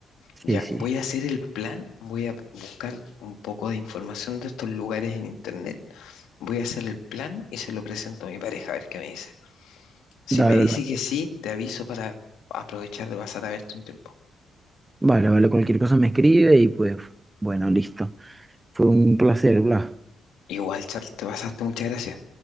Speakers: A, on the right; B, on the left.
A: Sí,
B: Ya,
A: sí.
B: voy a hacer el plan, voy a buscar un poco de información de estos lugares en internet, voy a hacer el plan y se lo presento a mi pareja a ver qué me dice. Si
A: La
B: me
A: verdad.
B: dice que sí, te aviso para aprovechar de pasar a verte un tiempo.
A: Vale, vale, cualquier cosa me escribe y pues, bueno, listo. Fue un placer, Blas.
B: Igual, Charles, te pasaste, muchas gracias.